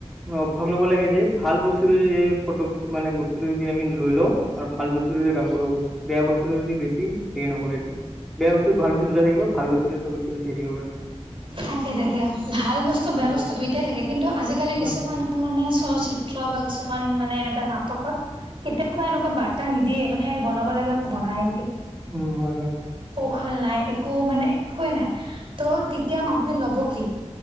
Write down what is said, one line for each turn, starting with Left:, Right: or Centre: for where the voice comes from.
Centre: অভ্যাস ল'ব লাগে। যে এই ভাল বস্তুটো যদি ফটো মানে বস্তুটো যদি আমি লৈ, লওঁ। আৰু ভাল বস্তু যদি কাম কৰো, বেয়া বস্তু যদি বেছি হেৰি নকৰো এইটো। বেয়া বস্তু ভাল বস্তু দুটা থাকিব। ভালবস্তুটো চবতকে বেছি হেৰি কৰিব লাগে।
Right: থাকে, থাকে। ভাল বস্তু বেয়া
Centre: সেইটোৱে
Right: বস্তু দুইটাই থাকে কিন্তু আজিকালি
Centre: উম
Right: কিছুমান মানে চলচিত্ৰ বা কিছুমান মানে এ নাটকত কেতিয়াবা এনেকুৱা বাৰ্তা নিদিয়ে মানে বনাব লাগে বনাই।
Centre: উম, হয়, হয়।
Right: সুফল নাই একো মানে একোৱে নাই ত' তেতিয়া মানুহে ল'ব কি?